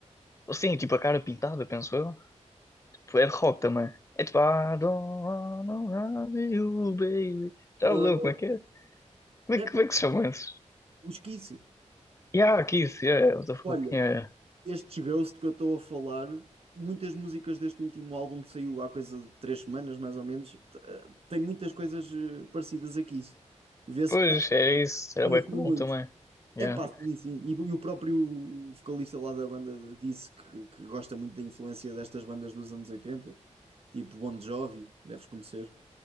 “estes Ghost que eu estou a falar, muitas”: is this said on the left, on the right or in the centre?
Right